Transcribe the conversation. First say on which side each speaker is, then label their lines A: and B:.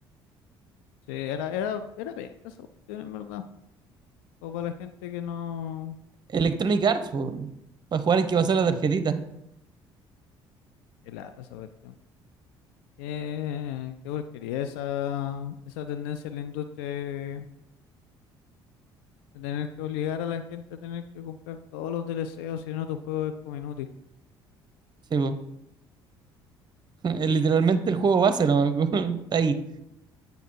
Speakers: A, on the left (about 70°); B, on the right (about 35°).
A: Sí, era, era, era bien, esa cuestión, en verdad. O para la gente que no...
B: Electronic Arts, po, para jugar hay que pasar la tarjetita.
A: Qué lata esa cuestión. Qué, qué porquería esa, esa tendencia en la industria de tener que obligar a la gente a tener que comprar todos los DLC, o si no tu juego es como inútil.
B: Sí, po. <laughs> Es Literalmente el juego base, ¿no? <laughs> Está ahí.